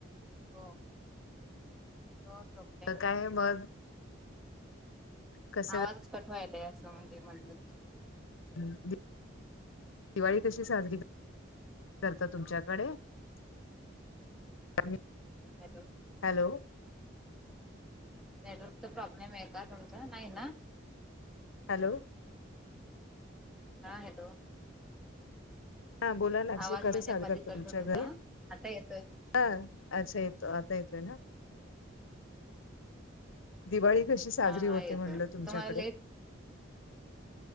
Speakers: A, in the centre; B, on the left.
A: हो हो झोप
B: त काय मग कसं
A: आवाज कट व्हायलाय असं म्हणजे मधनच
B: <unintelligible> दिवाळी कशी साजरी करता तुमच्याकडे <unintelligible>
A: हॅलो
B: हॅलो
A: नेटवर्कचा प्रॉब्लेम आहे का तुमचा नाही ना
B: हॅलो
A: हा हॅलो
B: ह बोला ना
A: आवाज
B: कसे
A: म्हणजे
B: साद
A: मधी
B: करता
A: कट
B: तुमच्या
A: होत होता
B: घरी
A: आता येतोय
B: हा अच्छा येतो आता येतोय ना दिवाळी कशी साजरी
A: हा
B: होते
A: हा येतोय
B: म्हणलं तुमच्याकडे
A: तुम्हाला लेट